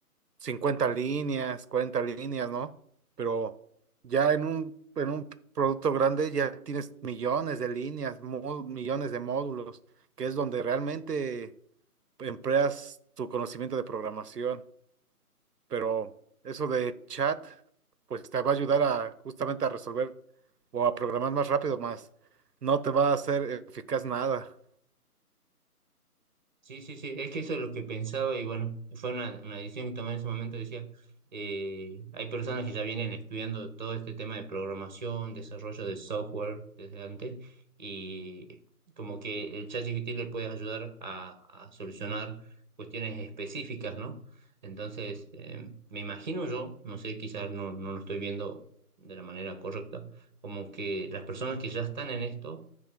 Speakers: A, on the right; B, on the right.
A: 50 líneas, 40 líneas, ¿no? Pero ya en un, en un producto grande ya tienes millones de líneas, mo- millones de módulos, que es donde realmente empleas tu conocimiento de programación. Pero eso de chat, pues te va a ayudar a justamente a resolver o a programar más rápido, más no te va a hacer eficaz nada.
B: Sí, sí, sí, es que eso es lo que pensaba y bueno, fue una, una decisión que tomé en ese momento, decía, eh, hay personas que ya vienen estudiando todo este tema de programación, desarrollo de software desde antes y como que el ChatGPT le puede ayudar a, a solucionar cuestiones específicas, ¿no? Entonces, eh, me imagino yo, no sé, quizás no, no lo estoy viendo de la manera correcta, como que las personas que ya están en esto